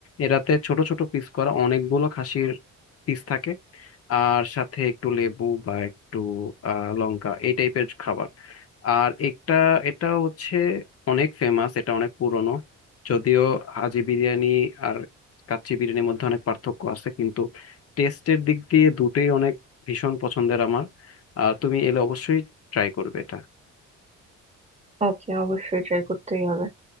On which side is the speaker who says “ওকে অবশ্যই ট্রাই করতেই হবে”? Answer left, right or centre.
Right